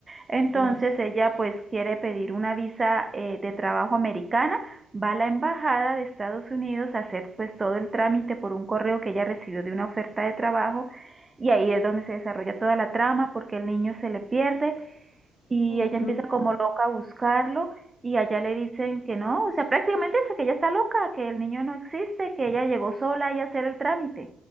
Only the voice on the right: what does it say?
Entonces
ella pues quiere pedir una visa eh, de trabajo americana, va a la embajada de Estados Unidos a hacer pues todo el trámite por un correo que ella recibió de una oferta de trabajo y ahí es donde se desarrolla toda la trama porque el niño se le pierde y
ella empieza
como loca a buscarlo y allá le dicen que no, o sea, prácticamente dice que ella está loca, que el niño no existe, que ella llegó sola y a hacer el trámite.